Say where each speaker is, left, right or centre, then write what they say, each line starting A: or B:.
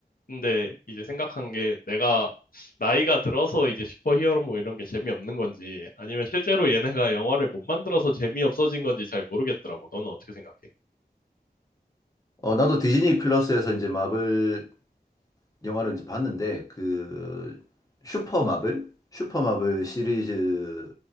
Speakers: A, on the left (about 60°); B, on the left (about 20°).
A: 근데 이제 생각한 게 내가 나이가 들어서 이제 슈퍼히어로 뭐 이런 게 재미없는 건지 아니면 실제로 얘네가 영화를 못 만들어서 재미없어진 건지 잘 모르겠더라고. 너는 어떻게 생각해?
B: 어, 나도 디즈니 플러스에서 이제 마블 영화를 이제 봤는데 그 슈퍼마블 슈퍼마블 시리즈